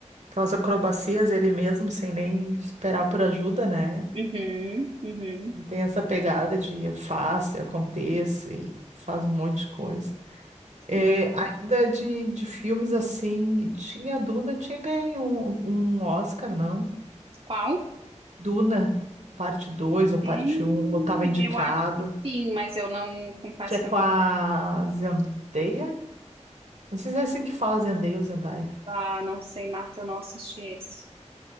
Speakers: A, on the right; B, on the right.
A: aquelas acrobacias ele mesmo, sem nem esperar por ajuda, né?
B: Uhum, uhum,
A: Ele tem essa pegada de eu faço, eu aconteço e faz um monte de coisa. É,
B: sim.
A: ainda de, de filmes assim, tinha Duna, tinha ganho um, um Oscar, não?
B: Qual?
A: Duna, parte 2 ou parte
B: Hum,
A: um, ou estava indicado.
B: eu acho que sim, mas eu não, confesso
A: que é com
B: que eu não,
A: a
B: assisti.
A: Zendaya. Não sei se é assim que fala Zendaya ou Zendaya.
B: ah, não sei, Marta, eu não assisti esse.